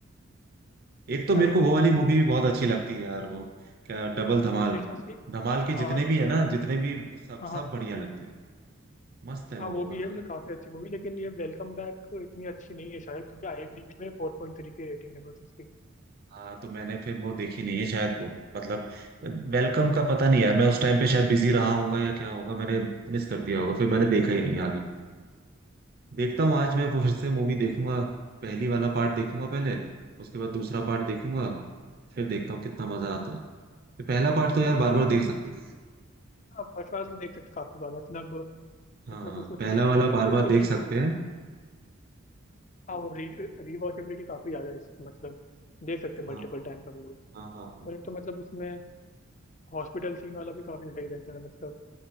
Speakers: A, on the right (about 45°); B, on the left (about 35°).
A: एक तो मेरे
B: आई
A: को
B: एम
A: वो
B: डी
A: वाली
B: में
A: मूवी
B: तो बहुत
A: भी बहुत अच्छी लगती है यार वो क्या डबल धमाल
B: लेकिन उसकी
A: धमाल के
B: हाँ
A: जितने
B: हाँ
A: भी है ना जितने भी सब
B: हाँ हाँ
A: सब बढ़िया लगते हैं मस्त है
B: हाँ,
A: वो
B: वो
A: बहुत
B: भी
A: ज्यादा
B: है मतलब काफी अच्छी मूवी लेकिन ये वेलकम बैक इतनी अच्छी नहीं है शायद क्योंकि आई एम डी में फोर पॉइंट थ्री की रेटिंग है बस उसकी
A: हाँ तो मैंने फिर वो देखी नहीं है शायद वो मतलब वेलकम
B: हाँ
A: का पता नहीं यार मैं उस टाइम पे शायद बिजी रहा होगा या क्या होगा मैंने मिस कर दिया होगा फिर मैंने देखा ही नहीं आगे देखता हूँ आज मैं वो फिर से मूवी देखूंगा पहली वाला पार्ट देखूंगा पहले उसके बाद दूसरा पार्ट देखूंगा फिर देखता हूँ कितना मजा आता है तो पहला पार्ट तो यार बार
B: हाँ
A: बार
B: मतलब
A: देख सकते हैं
B: हाँ फर्स्ट बार तो देख सकते काफी बार मतलब
A: हाँ
B: उसमें कुछ कुछ
A: पहला
B: मतलब
A: वाला
B: अभी तक
A: बार
B: उसके
A: बार देख
B: मी
A: सकते हैं
B: हाँ वो री रिवॉचेबिलिटी काफी ज्यादा है इसकी मतलब देख सकते हैं
A: हाँ
B: मल्टीपल
A: हाँ
B: टाइम हम लोग
A: हाँ हाँ हाँ।
B: और एक तो मतलब उसमें हॉस्पिटल सीन वाला भी काफी सही रहता है मतलब